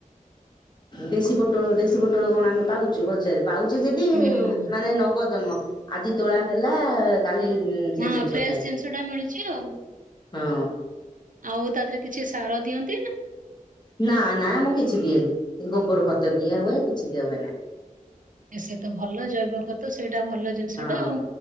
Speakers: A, on the left; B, on the right.
A: ଦେଶୀ ପୋଟଳ ଦେଶୀ ପୋଟଳ କଣ ଆମେ ପାଉଚୁ ବଜାରରେ ପାଉଛେ ଯଦି
B: ହୁଁ।
A: ନାଇଁ ନଗଦନୁଅ ଆଜି ତୋଳା ହେଲା କାଲି ସେ
B: ହଁ
A: ଜିନିଷ
B: ଫ୍ରେଶ
A: ଖାଇ
B: ଟା ମିଳୁଛି ଆଉ।
A: ହଁ।
B: ଆଉ ତା ଦେହରେ କିଛି ସାର ଦିଅନ୍ତୁ
A: ନା ନା ମୁଁ କିଛି ଦିଏନି ଗୋବର ଖତ ଦିଆ ହୁଏ କିଛି ଦିଆ ହୁଏ ନାହି।
B: ଏ ସେ ତ ଭଲ ଜୈବ ଗତ ସେଇଟା ଭଲ ଜିନିଷ
A: ହଁ
B: ଟା ଆଉ।